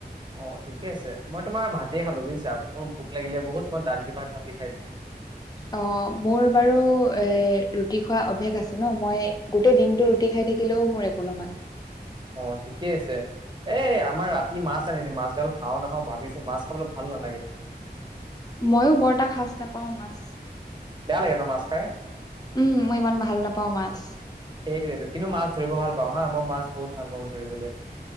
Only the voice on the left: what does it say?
অঁ' মোৰ বাৰু এ ৰুটি খোৱা অভ্যাস আছে ন' মই গোটেই দিনতটো ৰুটি খাই থাকি থাকিলেও মোৰ একো নহয়।
মইয়ো বৰএটা খাজ নাপাওঁ মাছ।
উমঁ' মই ইমান ভাল নাপাওঁ মাছ।